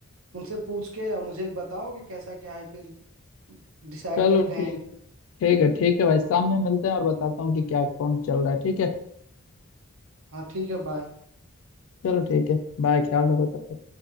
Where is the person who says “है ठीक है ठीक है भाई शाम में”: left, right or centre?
Left